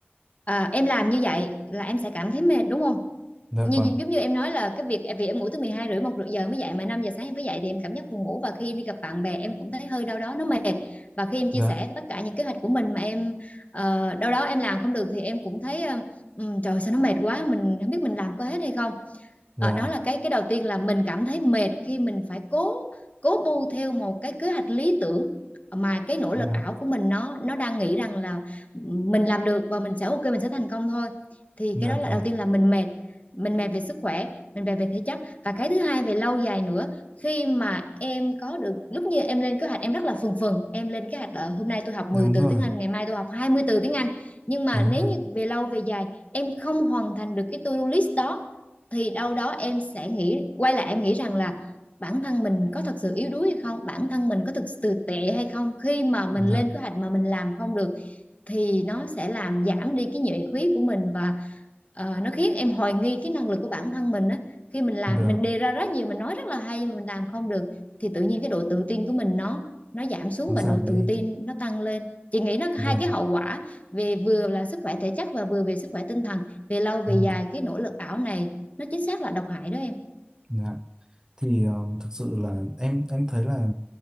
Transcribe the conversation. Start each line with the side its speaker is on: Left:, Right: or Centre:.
Left: à, em làm như vậy là em sẽ cảm thấy mệt đúng không
Right: dạ
Left: như
Right: vâng
Left: giống như em nói là cái việc vì em ngủ tới 12 rưỡi một giờ mới dậy mà 5 giờ sáng em phải dậy thì em cảm giác buồn ngủ và khi em đi gặp bạn bè em cũng thấy hơi đau đó nó mệt và khi em chia
Right: dạ
Left: sẻ tất cả những kế hoạch của mình mà em ờ, đâu đó em làm không được thì em cũng thấy ờ, trời sao nó mệt quá mình không biết mình làm có hết hay không
Right: dạ
Left: Ờ, đó là cái cái đầu tiên là mình cảm thấy mệt khi mình phải cố cố bu theo một cái kế hoạch lý tưởng mà cái nỗ lực
Right: dạ
Left: ảo của mình nó nó đang nghĩ rằng là mình làm được và mình sẽ ok mình sẽ thành công thôi thì
Right: dạ
Left: cái đó là
Right: vâng
Left: đầu tiên là mình mệt mình mệt về sức khỏe mình mệt về thể chất và cái thứ hai về lâu dài nữa khi mà em có được lúc như em lên kế hoạch em rất là phừng phừng em lên kế hoạch là hôm nay tôi học
Right: đúng
Left: mười từ
Right: rồi
Left: tiếng Anh ngày mai tôi học 20 từ tiếng Anh nhưng mà
Right: đúng
Left: nếu
Right: rồi
Left: như về lâu về dài em không hoàn thành được cái to-do list đó thì đâu đó em sẽ nghĩ quay lại em nghĩ rằng là bản thân mình có thật sự yếu đuối hay không bản thân mình có thực sự tệ hay không khi mà mình
Right: dạ
Left: lên kế hoạch mà mình làm không được thì nó sẽ làm giảm đi cái nhuệ khí của mình và Ờ, nó khiến em hoài nghi cái năng lực của bản thân mình á khi mình làm
Right: vâng
Left: mình đề ra rất nhiều mình nói rất là hay nhưng mà mình làm không được thì tự nhiên cái độ tự tin của mình nó nó giảm xuống
Right: nó giảm
Left: và độ
Right: đi
Left: tự tin nó tăng lên chị nghĩ nó có hai
Right: vâng
Left: cái hậu quả về vừa là sức khỏe thể chất và vừa về sức khỏe tinh thần về lâu về
Right: em
Left: dài
Right: hiểu
Left: cái nỗ lực ảo này nó chính xác là độc hại đó em
Right: dạ thì ờ, thực sự là em em thấy là